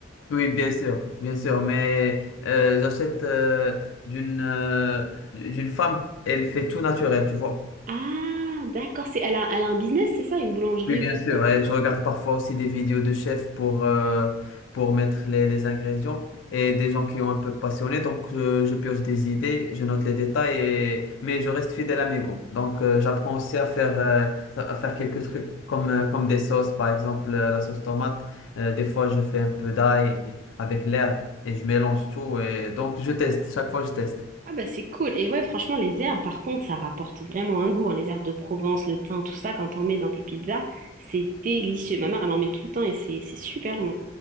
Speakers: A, on the left; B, on the right.
A: Oui, bien sûr, bien sûr. Mais euh, j'achète euh, d'une euh, d'une femme, elle fait tout naturel, tu vois.
B: Ah, d'accord. C'est, elle a, elle a un business, c'est ça? Une boulangerie
A: Oui, bien
B: ou quelque
A: sûr.
B: chose?
A: Et je regarde parfois aussi des vidéos de chefs pour, euh, pour mettre les, les ingrédients et des gens qui ont un peu passionné. Donc, euh, je pioche des idées, je note les détails, et... mais je reste fidèle à mes goûts. Donc, euh, j'apprends aussi à faire, euh, à faire quelques trucs comme, euh, comme des sauces, par exemple euh, la sauce tomate. Euh, des fois, je fais un peu d'ail avec l'herbe et je mélange tout. Et... Donc, je teste. Chaque fois, je teste.
B: Ah bah c'est cool. Et ouais, franchement, les herbes, par contre, ça rapporte vraiment un goût. hein. Les herbes de Provence, le thym, tout ça, quand t'en mets dans tes pizzas, c'est délicieux. Ma mère, elle en met tout le temps et c'est c'est super bon.